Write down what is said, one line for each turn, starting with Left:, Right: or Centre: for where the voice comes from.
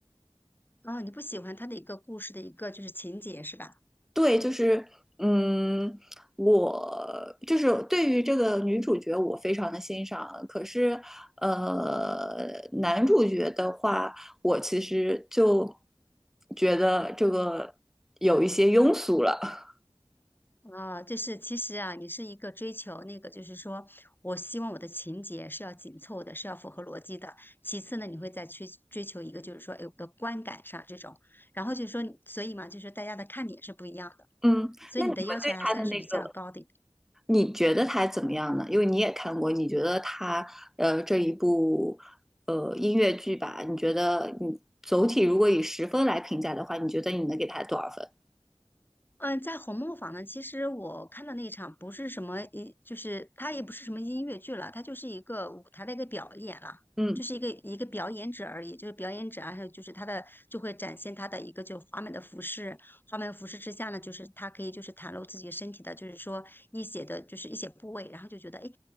Left: 啊，你不喜欢他的一个故事的一个就是情节是吧？
Centre: 对，就是，嗯，我就是对于这个女主角，我非常的欣赏。可是，呃，男主角的话，我其实就觉得这个有一些庸俗了。
Left: 啊，就是其实啊，你是一个追求那个，就是说我希望我的情节是要紧凑的，是要符合逻辑的。其次呢，你会再去追求一个，就是说，哎，我的观感上这种。然后就是说，所以嘛，就是大家的看点是不一样的，
Centre: 嗯，
Left: 所以你的要求还算是比较高的。
Centre: 那你们对他的那个，你觉得他怎么样呢？因为你也看过，你觉得他呃这一部呃音乐剧吧，你觉得你总体如果以十分来评价的话，你觉得你能给他多少分？
Left: 嗯，在《红磨坊》呢，其实我看的那一场不是什么音，就是它也不是什么音乐剧了，它就是一个舞台的一个表演了，
Centre: 嗯
Left: 就是一个一个表演者而已，就是表演者啊，还有就是他的就会展现他的一个就华美的服饰，华美的服饰之下呢，就是他可以就是袒露自己身体的，就是说一些的就是一些部位，然后就觉得诶，